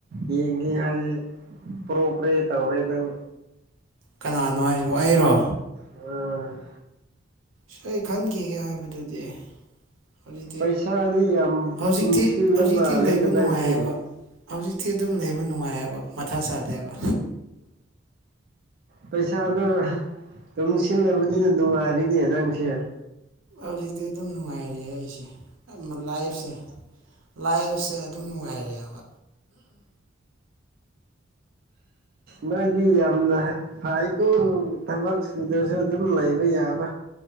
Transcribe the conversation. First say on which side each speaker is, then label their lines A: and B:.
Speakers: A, on the right; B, on the right.
A: ꯌꯦꯡꯒꯦ ꯍꯥꯏꯌꯦꯦ ꯄ꯭ꯔꯣ ꯄ꯭ꯔꯦ ꯇꯧꯔꯦ ꯅꯪ
B: ꯀꯅꯥꯅꯣ ꯍꯥꯏꯁꯤꯕ ꯑꯩꯔꯣ
A: ꯎꯝ
B: ꯁꯣꯏ ꯈꯟꯈꯤꯒꯦ ꯍꯥꯏꯕꯗꯨꯗꯤ ꯍꯧꯖꯤꯛꯇꯤ
A: ꯄꯩꯁꯥꯗꯤ ꯌꯥꯝ
B: ꯍꯧꯖꯤꯛꯇꯤ
A: ꯇꯨꯡꯁꯤꯜꯂ
B: ꯍꯧꯖꯤꯛꯇꯤ
A: ꯃꯥꯂꯦꯅ
B: ꯂꯩꯕ
A: ꯅꯪꯁꯦ
B: ꯅꯨꯡꯉꯥꯏꯌꯦꯕ ꯍꯧꯖꯤꯛꯇꯤ ꯑꯗꯨꯝ ꯂꯩꯕ ꯅꯨꯡꯉꯥꯏꯑꯕ ꯃꯊꯥ ꯁꯥꯗꯦꯕ
A: ꯄꯩꯁꯥꯗꯣ ꯑꯗꯨꯨꯡ ꯁꯤꯜꯂꯕꯗꯤꯅ ꯅꯨꯡꯉꯥꯏꯔꯤꯅꯦ ꯅꯪꯁꯦ
B: ꯍꯧꯖꯤꯛꯇꯤ ꯑꯗꯨꯝ ꯅꯨꯡꯉꯥꯏꯔꯦ ꯑꯩꯁꯦ ꯂꯥꯏꯐꯁꯦ ꯂꯥꯛꯕꯁꯦ ꯑꯗꯨꯝ ꯅꯨꯡꯉꯥꯏꯔꯛꯑꯦꯕ
A: ꯅꯣꯏꯗꯤ ꯌꯥꯝꯅ ꯐꯥꯏꯀꯣ ꯊꯕꯛ ꯁꯨꯗ꯭ꯔꯁꯨ ꯑꯗꯨꯝ ꯂꯩꯕ ꯌꯥꯕ